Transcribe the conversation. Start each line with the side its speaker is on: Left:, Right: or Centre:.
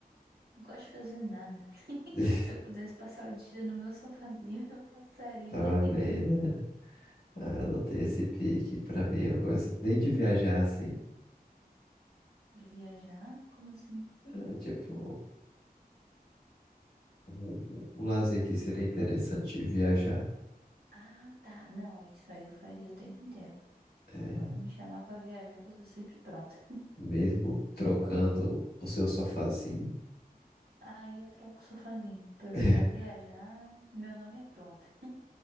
Right: gosto de fazer nada.
Left: <laughs>
Right: Se eu pudesse passar o dia no meu sofazinho, <laughs> eu passaria.
Left: Tava bem, né? Anotei esse pique pra mim. Eu gosto nem de viajar assim.
Right: De viajar? Como assim?
Left: Ah, tipo, o, o lazer que seria interessante viajar.
Right: Ah, tá. Não, isso aí eu faria o tempo inteiro.
Left: É,
Right: Pode me chamar pra viajar que eu tô sempre pronta.
Left: mesmo trocando o seu sofazinho,
Right: Aí eu troco o sofazinho pra,
Left: <laughs>
Right: pra viajar. Meu nome é pronta.